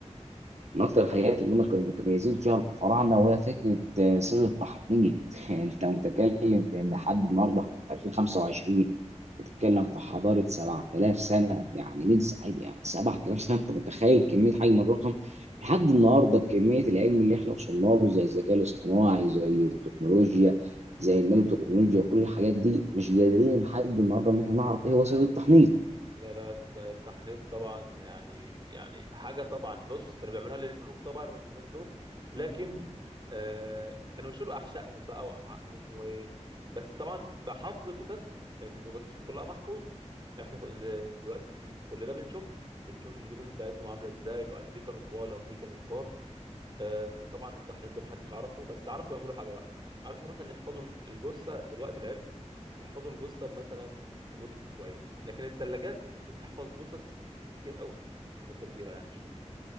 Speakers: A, on the right (about 70°); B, on the right (about 40°).
A: من اكتر الحاجات اللي هم كانوا متميزين فيها الفراعنه وهي فكره آه، سر التحنيط <laughs> يعني انت متكلم في ان لحد النهارده احنا في 2025 بتتكلم في حضاره 7000 سنه يعني من س- يعني 7000 سنه انت متخيل كميه حجم الرقم لحد النهارده بكميه العلم اللي احنا وصلنا له زي الذكاء الاصطناعي زي التكنولوجيا زي النانو تكنولوجيا وكل الحاجات دي مش قادرين لحد النهارده ان احنا نعرف ايه هو سر التحنيط
B: لا لا الت- التحنيط طبعا يعني يعني حاجه طبعا بص كانوا بيعملوها للملوك طبعا وللناس دول لكن آه كانوا بيشيلوا احشائهم بقى وامعائهم و بس طبعا بحفظ جثثهم لان جثثهم كلها محفوظه احنا كل- دلوقتي ال- كلنا بنشوفها بنشوف الجثث بتاعتهم عامله ازاي وقد ايه كانوا طوال قد ايه كانوا كبار آه، وطبعا التحنيط ده محدش عرفه بس عرفوا يعملوا حاجه بقى عرفوا مثلا يحفظوا الجثه دلوقتي العلم يحفظوا الجثه مثلا لمده اسبوعين لكن الثلاجات ممكن تحفظ جثث كتير قوي مده كبيره يعني شويه